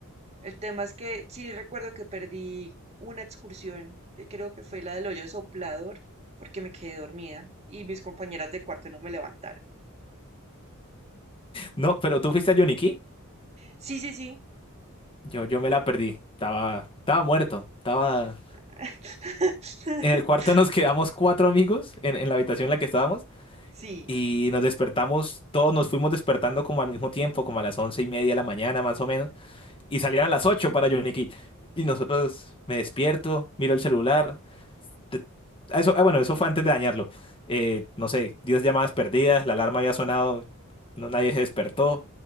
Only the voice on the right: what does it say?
El tema es que sí recuerdo que perdí una excursión, que creo que fue la del hoyo soplador, porque me quedé dormida y mis compañeras de cuarto no me levantaron.
Sí, sí, sí.
<laughs>
Sí.